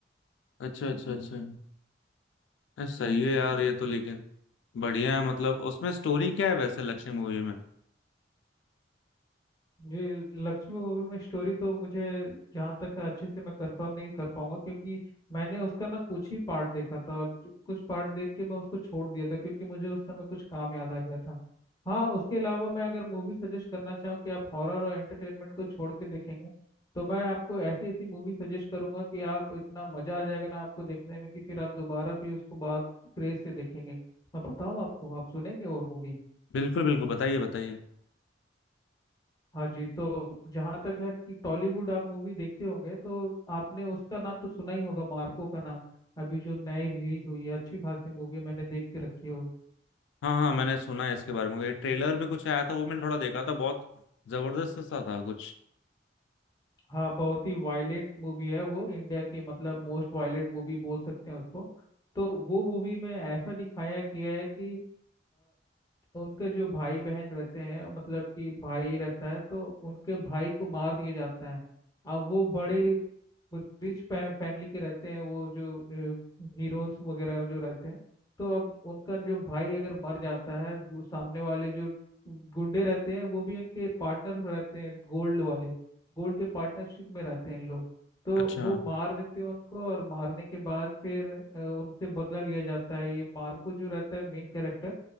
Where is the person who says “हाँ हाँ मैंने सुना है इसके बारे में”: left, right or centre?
Left